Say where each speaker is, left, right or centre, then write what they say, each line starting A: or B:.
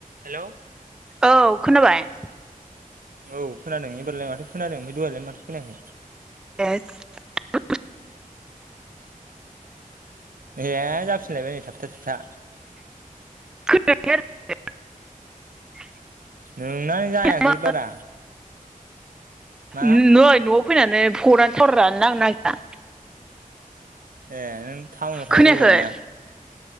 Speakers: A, on the right; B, in the centre.
A: हेलौ
B: औ खोनाबाय।
A: औ खोनादों एबारलाय माथो खोनादों ओमफ्राय दहायलाय माथो खोनायाखै।
B: <unintelligible>
A: ए जाफिनलायबाय थाबथा थुबथा
B: <unintelligible>
A: ओह संनाय जायाखै
B: आरो
A: बारा मा?
B: नै न'आव फैनानै फ'नानो थावारानो नांनो नागिरा
A: ए नों टाउनाव थाहै
B: खोनायाखै
A: दावबायना